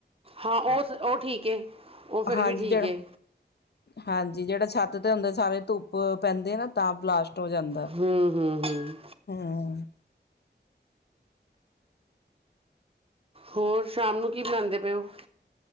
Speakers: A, on the right; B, on the left.
A: ਹਾਂ ਉਹ ਉਹ ਠੀਕ ਹੈ ਉਹ ਫਿਰ
B: ਹਾਂਜੀ
A: ਵੀ ਠੀਕ
B: ਜੇੜਾ
A: ਹੈ
B: ਹਾਂਜੀ ਜੇੜਾ ਛੱਤ ਤੇ ਹੁੰਦੇ ਸਾਰੇ ਧੁੱਪ ਪੈਂਦੀ ਏ ਨਾ ਤਾਂ ਬਲਾਸਟ ਹੋ ਜਾਂਦੈ,
A: ਹੂੰ ਹੂੰ ਹੂੰ
B: ਹੂੰ।
A: ਹੋਰ ਸ਼ਾਮ ਨੂੰ ਕੀ ਬਣਾਂਦੇ ਪਏ ਔ?